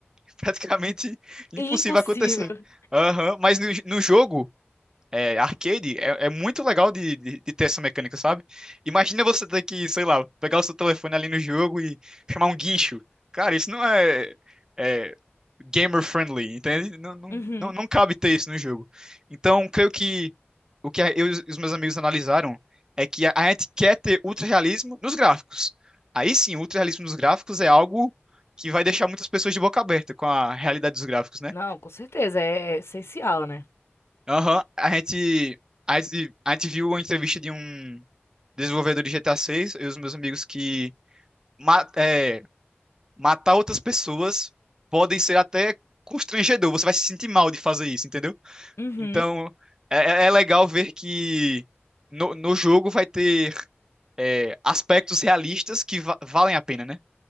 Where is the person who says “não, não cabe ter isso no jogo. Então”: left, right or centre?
Right